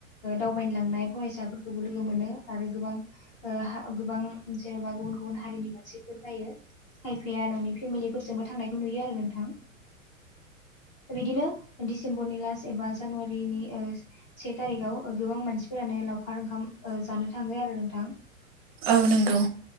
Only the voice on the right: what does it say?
<inaudible>
औ नंगौ